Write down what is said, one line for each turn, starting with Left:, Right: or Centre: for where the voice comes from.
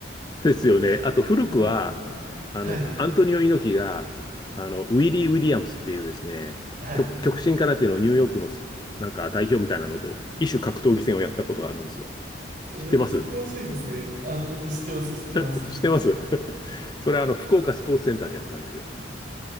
Left: ですよね。あと古くは、
Right: <laughs> いろん、
Left: あの、
Right: はい、
Left: アントニオ猪木が、あの、ウィリー・ウィリアムスっていうですね、
Right: はい。
Left: 極、極真空手のニューヨークのすなんか代表みたいなのと、異種格闘技戦をやったことがあるんですよ。
Right: めっちゃ詳しいですね。
Left: 知ってます
Right: あの、知ってます、知ってます。
Left: <laughs> 知ってます <laughs> それはあの、福岡スポーツセンターでやったんですよ。